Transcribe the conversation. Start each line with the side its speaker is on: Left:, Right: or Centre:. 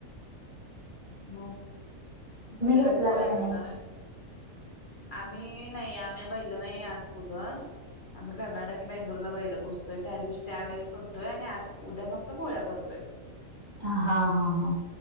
Left: मग तुम्ही
Right: घेतला
Left: कधी पोळ्या
Right: काय
Left: करणार
Right: नाही
Left: आहे? आम्ही नाही आम्ही बैलं नाही आज पुजत. आम्ही कर्नाटक की बेंदूरला बैला पुजतोय, त्या दिवशी त्यावेळेस करतोय आणि आज उद्या फक्त पोळ्या करतोय.
Right: हा हा हा